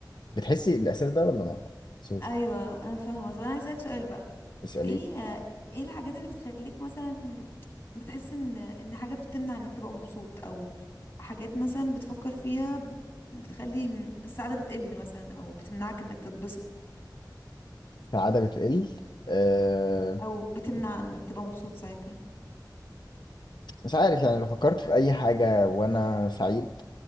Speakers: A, on the left (about 70°); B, on the left (about 30°).
A: بتحسي الاحساس ده ولا ما بتحسوش
B: أيوة أنا فاهمة طب أنا عايزة أسألك سؤال بقى
A: اسالي
B: ايه ايه الحاجات اللي بتخليك مثلا بتحس ان ان حاجة بتمنع انك تبقى مبسوط او حاجات مثلا بتفكر فيها بتخلي السعادة بتقل مثلا او بتمنعك انك تتبسط
A: السعاده بتقل أه
B: او بتمنع انك تبقى مبسوط ساعتها
A: مش عارف يعني لو فكرت في اي حاجه وانا سعيد